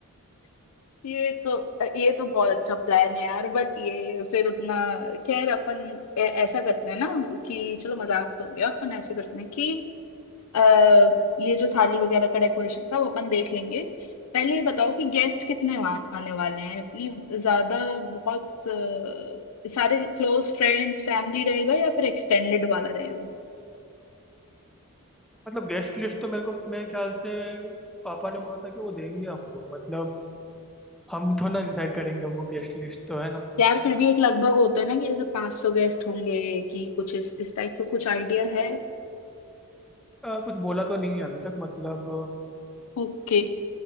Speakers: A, on the left; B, in the centre.
A: <laughs> ये तो ये तो बहुत अच्छा प्लान है यार बट ये फिर उतना खैर अपन ऐ- ऐसा करते हैं ना कि चलो मजाक तो हो गया अपन ऐसे करते हैं कि अः ये जो थाली वगैरह का डेकोरेशन का वो अपन देख लेंगे पहले ये बताओ कि गेस्ट कितने वा- आने वाले हैं अपनी ज्यादा बहुत अ, सारे क्लोज फ्रेंड्स फैमिली रहेगा या फिर एक्सटेंडेड वाला रहेगा
B: मतलब गेस्ट लिस्ट तो मेरे को मेरे ख्याल से पापा ने बोला था कि वो देंगे हमको मतलब हम थोड़ा डिसाइड करेंगे वो गेस्ट लिस्ट तो है ना
A: यार फिर भी एक लगभग होता है ना कि जैसे 500 गेस्ट होंगे कि कुछ इस इस टाइप का कुछ आइडिया है
B: आ, कुछ बोला तो नहीं है अभी तक मतलब अ,
A: ओके